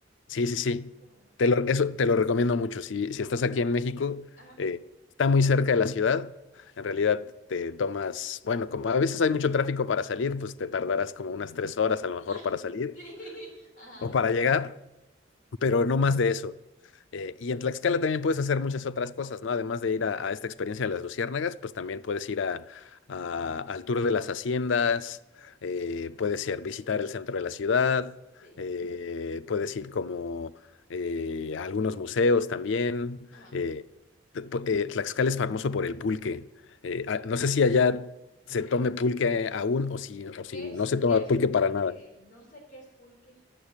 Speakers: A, on the left; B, on the left.
A: sí, sí, sí.
B: Esto.
A: Te lo, eso te lo recomiendo mucho. Si, si estás aquí en México,
B: Ajá.
A: eh, está muy cerca de la ciudad. En realidad te tomas, bueno, como a veces hay mucho tráfico para salir, pues te tardarás como unas tres horas a lo mejor
B: <laughs>
A: para salir
B: Sí. Ajá,
A: o para llegar, pero no más de eso. Eh, y en Tlaxcala también puedes hacer muchas otras cosas, ¿no? Además de ir a, a esta experiencia de las luciérnagas, pues también puedes ir a, a- al tour de las haciendas, eh, puedes ir visitar el centro de la ciudad,
B: sí.
A: eh, puedes ir como eh, a algunos museos también.
B: Ajá.
A: Eh, te- pu- eh, Tlaxcala es famoso por el pulque. Eh, ah, no sé si allá se tome pulque aún o si, o si
B: ¿Qué
A: no
B: es,
A: se toma
B: qué es
A: pulque
B: pulque?
A: para nada.
B: No sé qué es pulque.